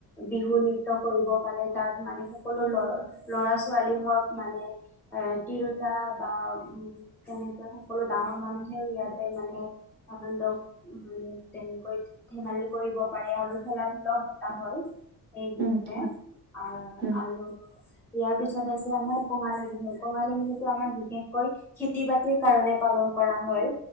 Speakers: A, in the centre; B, on the right (about 30°).
A: বিহু নৃত্য কৰিব পাৰে তাত মানে সকলো ল'ৰা ছোৱালী হওক মানে এ তিৰোতা বা উ তেনেকে সকলো ডাঙৰ মানুহেও ইয়াতে মানে আনন্দ উ তেনেকৈ ধেমালি কৰিব পাৰে আৰু খেলা-ধূলাও পতা হয়। এইবিহুতে
B: উম, হয়
A: আ
B: উম,
A: আৰু ইয়াৰ পিছত আছে আমাৰ কঙালী বিহুৰ, কঙালী বিহুতটো আমাৰ বিশেষকৈ খেতি-বাতিৰ কাৰনে পালন কৰা হয়।